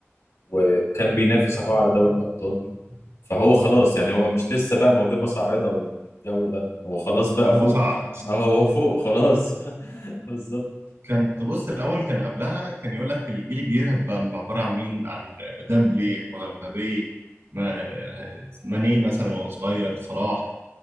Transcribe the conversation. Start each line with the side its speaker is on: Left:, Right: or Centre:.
Left: و- وكان بينافس اهو على دوري الأبطال فهو خلاص يعني هو مش لسه بقى موهبة صاعدة والجو ده هو خلاص بقى
Right: لا
Left: فوق
Right: هو صعد
Left: <laughs> هو فوق خلاص <laughs> بالظبط
Right: كانت بص الاول كان قبلها كان يقول لك الجيل الجديد هيبقى عباره عن مين عن ديمبلي ومبابي ما- ماني مثلا وهو صغير صلاح